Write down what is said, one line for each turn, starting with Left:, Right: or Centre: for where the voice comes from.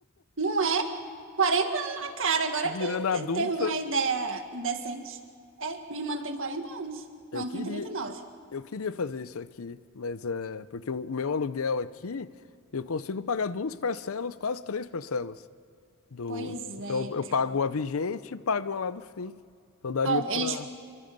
Right: não é 40 anos na cara, agora
Left: virando
Right: que
Left: adulta.
Right: te- teve uma ideia decente. É, minha irmã tem 40 anos.
Left: Eu
Right: Não,
Left: queria,
Right: tem trinta e nove
Left: eu queria fazer isso aqui, mas é porque o meu aluguel aqui eu consigo pagar duas parcelas, quase três parcelas do.
Right: Pois
Left: Então
Right: é,
Left: eu
Right: cara.
Left: pago a vigente e pago uma lá do fim. Então daria
Right: Ó,
Left: para
Right: eles